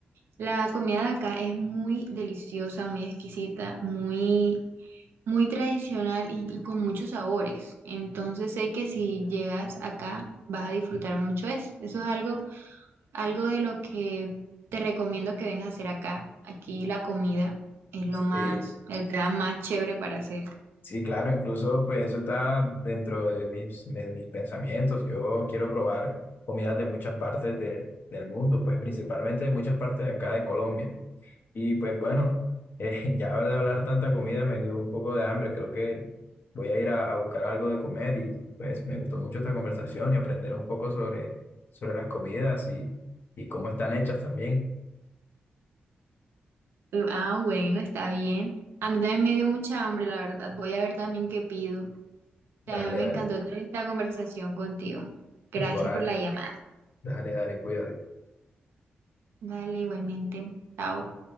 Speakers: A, on the right; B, on the left.
A: La comida de acá es muy deliciosa, muy exquisita, muy, muy tradicional y, y con muchos sabores. Entonces sé que si llegas acá vas a disfrutar mucho eso. Eso es algo, algo de lo que te recomiendo que vengas a hacer acá. Aquí la comida es lo
B: Sí.
A: más, el plan más chévere para hacer.
B: Sí, claro, incluso pues eso está dentro de mis, de mis pensamientos. Yo quiero probar comidas de muchas partes de- del mundo, pues principalmente de muchas partes de acá de Colombia. Y pues bueno, eh, <laughs> ya de hablar tanta comida me dio un poco de hambre. Creo que voy a ir a, a buscar algo de comer y pues me gustó mucho esta conversación y aprender un poco sobre, sobre las comidas y, y cómo están hechas también.
A: Eh, Ah, bueno, está bien. A mí también me dio mucha hambre, la verdad. Voy a ver también qué pido.
B: Dale,
A: También me
B: dale.
A: encantó tener esta conversación contigo. Gracias
B: Igual,
A: por la llamada.
B: dale, dale, cuídate.
A: Dale, igualmente. Chao.